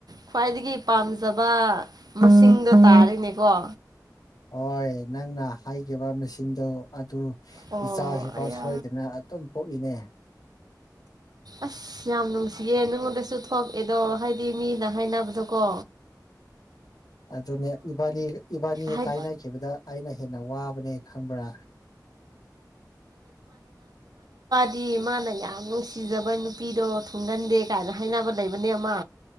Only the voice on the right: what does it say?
ꯈ꯭ꯋꯥꯏꯗꯒꯤ ꯄꯥꯝꯖꯕ ꯃꯁꯤꯡꯗꯣ ꯇꯥꯔꯤꯅꯦꯀꯣ
ꯑꯣ
ꯑꯌꯥ
ꯑꯁ ꯌꯥꯝ ꯅꯨꯡꯁꯤꯌꯦ ꯅꯉꯣꯟꯗꯁꯨ ꯊꯣꯛꯑꯦꯗꯣ ꯍꯥꯏꯗꯤ ꯃꯤꯅ ꯍꯥꯏꯅꯕꯗꯣ ꯀꯣ
ꯍꯥꯏ
ꯃꯤ ꯃꯥꯅ ꯌꯥꯝ ꯅꯨꯡꯁꯤꯖꯕ ꯅꯨꯄꯤꯗꯣ ꯊꯨꯡꯒꯟꯗꯦ ꯀꯥꯏꯅ ꯍꯥꯏꯅꯕ ꯂꯩꯕꯅꯦ ꯑꯃ